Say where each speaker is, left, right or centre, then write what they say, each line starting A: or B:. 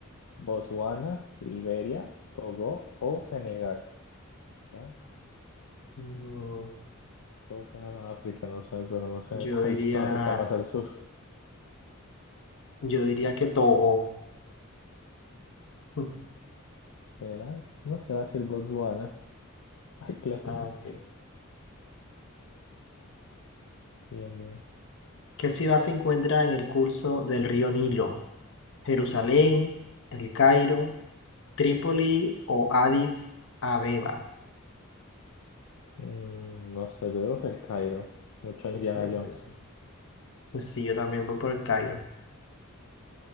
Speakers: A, on the left; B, on the left.
A: ¿Botswana, Liberia, Togo o Senegal? What?
B: Mm,
A: Todos suenan a África, no sé Pero no sé
B: yo
A: <laughs> cuál
B: diría,
A: de todos está más al sur.
B: yo diría que Togo. <laughs>
A: ¿Será? No se va a decir Botswana. <laughs> Ay, que la tiene.
B: Ah, sí.
A: Bien, bien.
B: ¿Qué ciudad se encuentra en el curso del río Nilo? ¿Jerusalén, El Cairo, Trípoli o Addis Abeba?
A: Mm, no sé, yo digo que el Cairo. Mucho
B: Pues,
A: Indiana
B: me olvidé.
A: Jones.
B: Pues sí, yo también voy por El Cairo.